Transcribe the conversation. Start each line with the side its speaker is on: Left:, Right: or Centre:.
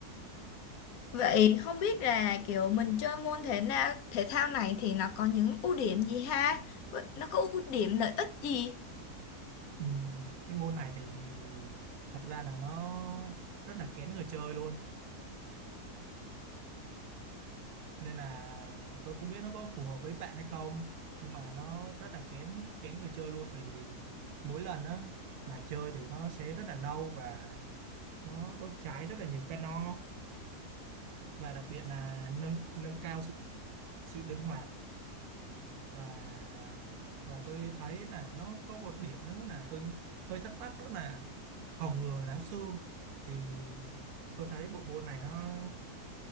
Left: Vậy không biết là kiểu mình chơi môn thể nào thể thao này thì nó có những ưu điểm gì ha? Vậy Nó có ưu điểm lợi ích gì?
Right: Ừ, cái môn này thì thật ra là nó rất là kén người chơi luôn nên là tôi không biết nó có phù hợp với bạn hay không nhưng mà nó rất là kén kén người chơi luôn bởi vì mỗi lần á mà chơi thì nó sẽ rất là lâu và nó đốt cháy rất là nhiều calo và đặc biệt là nâng nâng cao sự sự linh hoạt và và tôi thấy là nó có một điểm nữa là tôi nghĩ- hơi thắc mắc đó là phòng ngừa lá xương thì tôi thấy bộ môn này nó